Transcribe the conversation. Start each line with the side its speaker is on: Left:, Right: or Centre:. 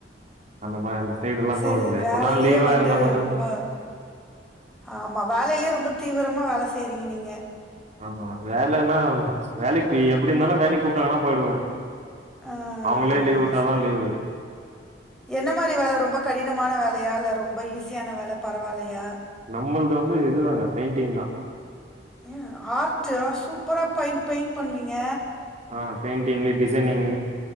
Right: அந்த மா அந்த சைடுல்லா
Centre: செர்
Right: போறதில்ல
Centre: வேலையிலே
Right: எப்பனா லீவா
Centre: வந்து
Right: இருந்தா மட்டுந்
Centre: ரொம்ப ஆமா வேலையிலே ரொம்ப தீவிரமா வேல செய்றீங்க நீங்க
Right: ஆமா வேலன்னா வேலைக்கு எப்படினாலு வேலைக்கு கூப்ட்டாங்கன்னா போயிடுவே
Centre: ஆ
Right: அவங்களே லீவ் வுட்டாதா
Centre: ச
Right: லீவு
Centre: என்ன மாரி வேல ரொம்ப கடினமான வேலயா இல்ல ரொம்ப ஈஸியான வேல பரவாலயா
Right: நம்மள்து வந்து இதுதாங்க பெயிண்டிங்தா
Centre: எ ஆர்ட் ஆ சூப்பரா பைன் பெயிண்ட் பண்ணுவீங்க.
Right: ஆ பெய்ண்டிங் டிசைனிங்